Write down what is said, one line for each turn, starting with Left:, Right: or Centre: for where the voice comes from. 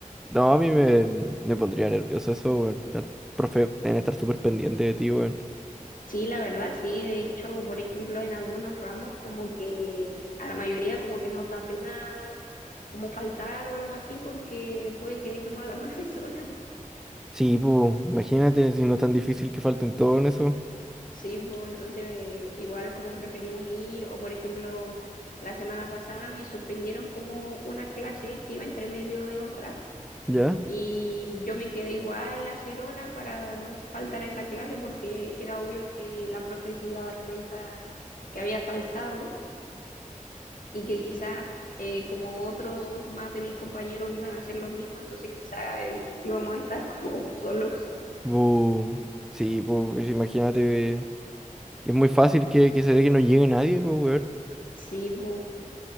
Centre: No, a mí me, me pondría nervioso eso, weón. Estar, profe, tener que estar súper pendiente de ti, weón.
Left: Sí, la verdad, sí. De hecho, por ejemplo, en algunos ramos como que a la mayoría como que nos da pena como faltar o algo así porque puede que dejemos a la <laughs> profesora.
Centre: Sí, pues, imagínate si no es tan difícil que falten todo en eso.
Left: Sí, pues entonces eh, igual como preferimos ir, o por ejemplo, la semana pasada me suspendieron como una clase que iba entre medio de otra
Centre: ¿Ya?
Left: y yo me quedé igual a hacer hora para no faltar a esa clase porque era obvio que la profe se iba a dar cuenta que había faltado y que quizás eh, como otros más de mis compañeros iban a hacer lo mismo, entonces quizás eh, íbamos a estar <laughs> como solos.
Centre: Bu, sí, pues, imagínate. Es muy fácil que, que se dé que no llegue nadie, pues, weón.
Left: Sí, pues,